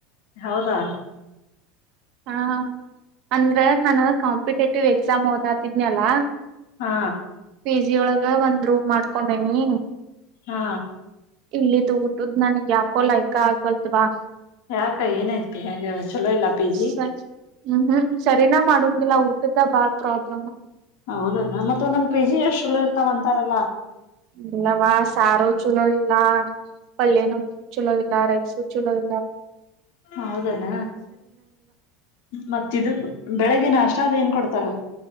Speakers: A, on the left; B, on the right.
A: ಹೌದಾ
B: ಹಾ ಅಂದ್ರೆ ನಾನು ಕಾಂಪಿಟೇಟಿವ್ ಎಕ್ಸಾಮ್ ಓದಾತಿದನಲ್ಲ.
A: ಹಾ
B: ಜಿ ಒಳಗ ಒಂದ್ ರೂಮ್ ಮಾಡ್ಕೊಂಡೇನಿ
A: ಹಾ
B: ಇಲ್ಲಿ ತ ಊಟದ್ ನನ್ಗ್ ಯಾಕೋ ಲೈಕ ಆಗ್ವಲ್ದವಾ
A: ಯಾಕ ಏನಯ್ತಿ ಹೆಂ ಚಲೋ ಇಲ್ಲ ಪಿ ಜಿ
B: ಸರಿ ಹ್ಮ್ ಹ್ಮ್ ಸರಿನಾ ಮಾಡಂಗಿಲ್ಲ ಊಟದ ಬಾಳ ಪ್ರಾಬ್ಲಮ್
A: ಹೌದಲ್ಲ ಮತ್ತ ಒಂದೊಂದ ಪಿ ಜಿ ಎಷ್ಟ್ ಚುಲ ಇರ್ತವ ಅಂತಾರಲ್ಲಾ
B: ಇಲ್ಲವಾ ಸಾರು ಚಲೋ ಇಲ್ಲ ಪಲ್ಯನ ಚಲೋ ಇಲ್ಲ ರೈಸು ಜಿಲ್ಲ
A: ಹೌದಾನ ಮತ್ತಿದದು ಬೆಳಗ್ಿನ ಅಷ್ಟ ಅೇನ್ ಕೊಡ್ತಾರ